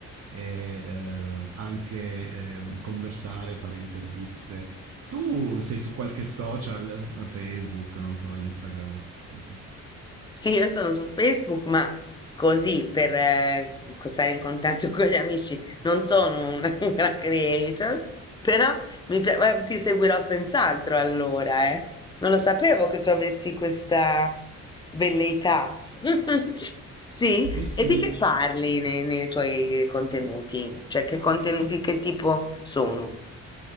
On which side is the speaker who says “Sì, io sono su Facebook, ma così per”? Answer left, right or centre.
Left